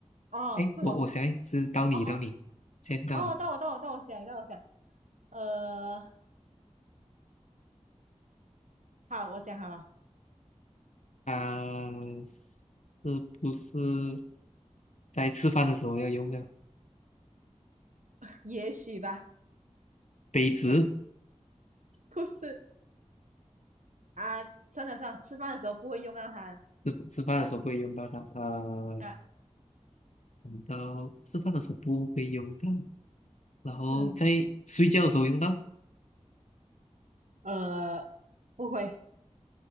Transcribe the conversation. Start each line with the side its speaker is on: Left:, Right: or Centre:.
Right: 哦，
Left: 哎，
Right: 是我，
Left: 我我现在是到你，
Right: 哦
Left: 到你，现在是到你，
Right: 哦，到我到我到我想到我想，呃，好，我想好了，
Left: 啊、是不是在吃饭的时候要用的
Right: 也许吧，
Left: 杯子？
Right: 不是啊，算了算了，吃饭的时候不会用到它
Left: 吃吃饭的时候不会用到它，呃，
Right: 啊，
Left: 用到吃饭的时候不会用到，然后在睡觉的时候用到。
Right: 嗯，呃，不会，